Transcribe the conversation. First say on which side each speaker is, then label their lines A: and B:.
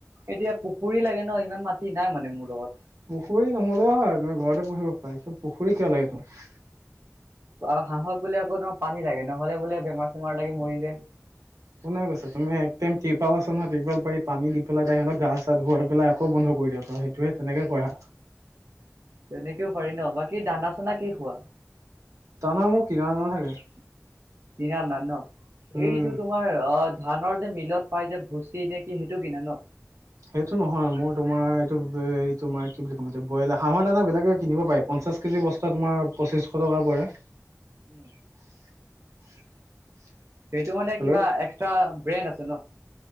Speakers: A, on the right; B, on the right.
A: এতিয়া পুখুৰী লাগে ন ইমান মাটি নাই মানে মোৰ লগত
B: পুখুৰী নহ'লেও হয় তুমি ঘৰতে পুহিব পাৰা পুখুৰী কিয় লাগে তোমাৰ
A: আ হাঁহক বোলে আকৌ তোমাৰ পানী লাগে নহ'লে বোলে বেমাৰ চেমাৰ লাগি মৰি যায়
B: কোনে কৈছে তুমি একটাইম তিৰপাল আছে নহয় তিৰপাল পাৰি পানী দি পেলাই তাহাতক গা চা ধুৱাই পেলাই আকৌ বন্ধ কৰি দিয়া সেটোৱে তেনেকে কৰা
A: তেনেকেও পাৰি ন' বাকী দানা-চানা কি খোৱা?
B: দানা মোৰ কিনা দানা থাকে।
A: কিনা দানা ন'
B: উম।
A: এইটো তোমাৰ অ' ধানৰ যে মিলত পাই যে ভুচি নে কি সেইটো কিনা ন'?
B: সেইটো নহয় মোৰ তোমাৰ এইটো তোমাৰ কি বুলি ক'ম এতিয়া বইল হাঁহৰ দানা বেলেগে কিনিব পাই। পঞ্চাছ কেজি বস্তা তোমাৰ পঁচিছশ টকা পৰে।
A: উম।
B: <inaudible>
A: সেইটো মানে
B: হেল্ল'
A: কিবা এক্সট্ৰা ব্ৰেণ্ড আছে ন'?